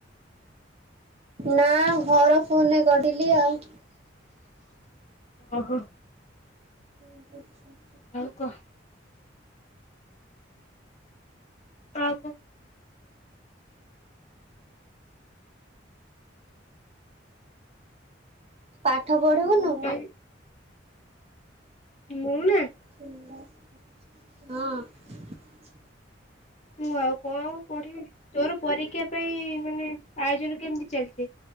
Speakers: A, on the right; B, on the left.
A: ନାଁ ଘର ଫୋନ୍ ରେ କଢିଲି ଆଉ
B: ଅହ।
A: ଆଚ୍ଛା ଆଚ୍ଛା।
B: ଆଉ କ କାଆକୁ
A: ପାଠ ପଢ଼ିବୁନୁ?
B: ଇ ମୁଁ ନାଁ?
A: ଫୁଲ କରଚି ହଁ।
B: ମୁଁ ଆଉ କଣ ପଢିବି ତୋର ପରୀକ୍ଷା ପାଇଁ ମାନେ ଆୟୋଜନ କେମିତି ଚାଲିଛି?